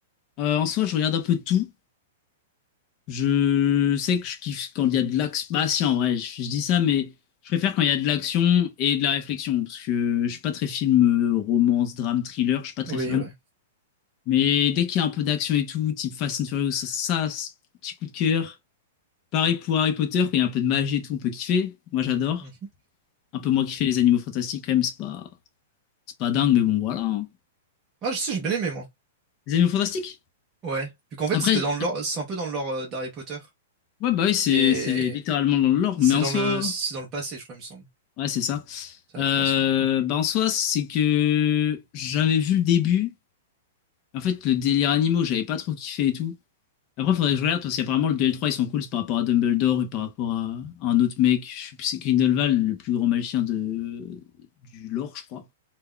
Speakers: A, on the left; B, on the right.
A: Euh, en soi, je regarde un peu de tout. Je sais que je kiffe quand il y a de l'action. Bah, si, en vrai, je, je dis ça, mais je préfère quand il y a de l'action et de la réflexion. Parce que je suis pas très film, euh, romance, drame, thriller. Je suis pas très
B: Oui,
A: fan.
B: ouais.
A: Mais dès qu'il y a un peu d'action et tout, type Fast and Furious, ça, ça, c'est petit coup de cœur. Pareil pour Harry Potter, quand il y a un peu de magie et tout, on peut kiffer. Moi, j'adore.
B: Mhm.
A: Un peu moins kiffer les animaux fantastiques, quand même, c'est pas, c'est pas dingue, mais bon, voilà. hein.
B: Ah, je sais, j'ai bien aimé, moi.
A: Les animaux fantastiques?
B: Ouais. Vu qu'en fait,
A: Après,
B: c'était dans le lore, c'est un peu dans le lore euh, d'Harry Potter.
A: ouais, bah oui, c'est
B: Et
A: c'est littéralement dans le lore,
B: c'est
A: mais en
B: dans
A: soi,
B: le, c'est dans le passé, je crois, il me semble.
A: ouais, c'est ça.
B: C'est
A: Euh,
B: la création.
A: bah en soi, c'est que j'avais vu le début. En fait, le délire animaux, j'avais pas trop kiffé et tout. Après, faudrait que je regarde parce qu'apparemment, le DL3, ils sont cool c'est par rapport à Dumbledore et par rapport à, à un autre mec. Je sais plus, c'est Grindelwald, le plus grand magicien de, du lore, je crois.